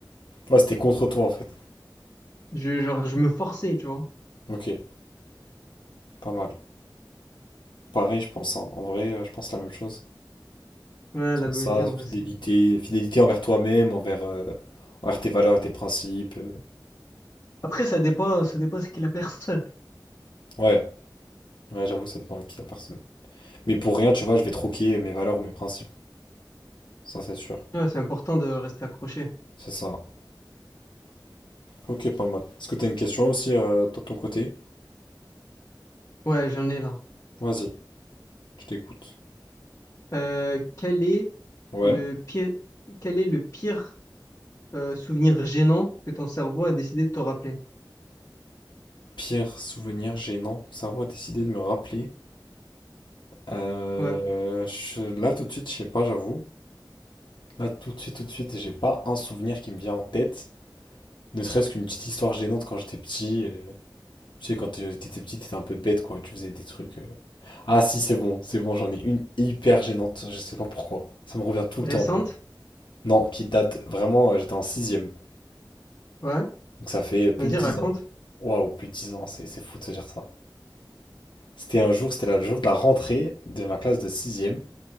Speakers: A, on the left; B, on the left.
A: ouais, c'était contre toi en fait.
B: Je, genre, je me forçais, tu vois.
A: Ok, pas mal. Pareil, je pense, hein. En vrai, euh, je pense la même chose.
B: Ouais,
A: Sur
B: la loyauté,
A: Ça,
B: en
A: fidélité,
B: vrai, c'est...
A: fidélité envers toi-même, envers, euh, envers tes valeurs et tes principes. euh.
B: Après, ça dépend, ça dépend ce qu'est la personne.
A: Ouais, ouais, j'avoue, ça dépend à qui la personne. Mais pour rien, tu vois, je vais troquer mes valeurs ou mes principes. Ça, c'est sûr.
B: Ouais, c'est important de rester accroché.
A: C'est ça. Ok, pas mal. Est-ce que t'as une question aussi euh, toi, de ton côté?
B: Ouais, j'en ai là.
A: Vas-y, je t'écoute.
B: Euh, quel est
A: Ouais.
B: le pire, quel est le pire euh, souvenir gênant que ton cerveau a décidé de te rappeler.
A: Pire souvenir gênant. Mon cerveau a décidé de me rappeler. Euh,
B: Ouais.
A: je- Là, tout de suite, je sais pas, j'avoue. Là, tout de suite, tout de suite, j'ai pas un souvenir qui me vient en tête. Ne serait-ce qu'une petite histoire gênante quand j'étais petit. euh, Tu sais, quand euh, t'étais petit, t'étais un peu bête, quoi. Tu faisais des trucs. euh, Ah si, c'est bon, c'est bon, j'en ai une hyper gênante, je sais pas pourquoi. Ça me revient tout le
B: Récente?
A: temps d'ailleurs. Non, qui date vraiment, euh, j'étais en sixième.
B: Ouais.
A: Donc ça fait euh, plus
B: Vas-y,
A: de 10
B: raconte.
A: ans. Waouh, plus de 10 ans, c'est c'est fou de se dire ça. C'était un jour, c'était la- le jour de la rentrée de ma classe de sixième.